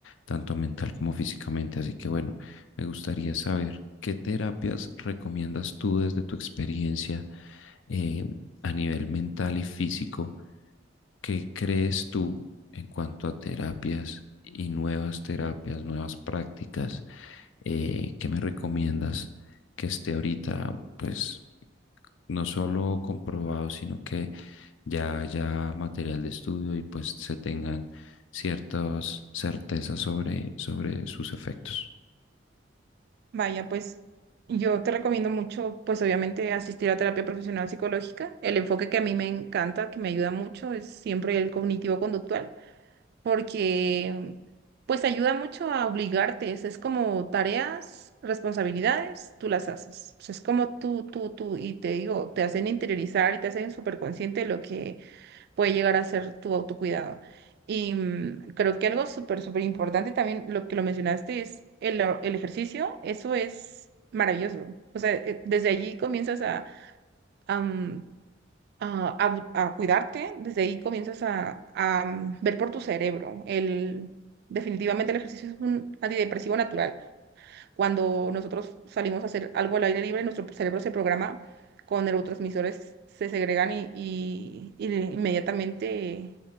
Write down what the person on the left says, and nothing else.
tanto mental como físicamente. Así que bueno, me gustaría saber qué terapias recomiendas tú desde tu experiencia eh, a nivel mental y físico, qué crees tú en cuanto a terapias y nuevas terapias, nuevas prácticas, eh, qué me recomiendas que esté ahorita, pues no solo comprobado, sino que ya haya material de estudio y pues se tengan ciertas certezas sobre, sobre sus efectos.